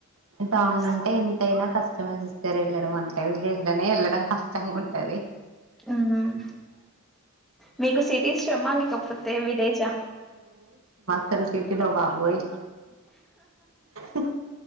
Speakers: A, on the right; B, in the centre.
A: టౌన్
B: ఎస్
A: ఉంటే ఎ ఐనా కష్టమే సిస్టర్ వెళ్ళడం అంటే విలేజులోనే వెళ్ళడం కష్టంగుంటది
B: మ్మ్ మీకు సిటీ ఇష్టమా లేకపోతే విలేజా.
A: తను సిటీలో బాబోయ్ ఉహ్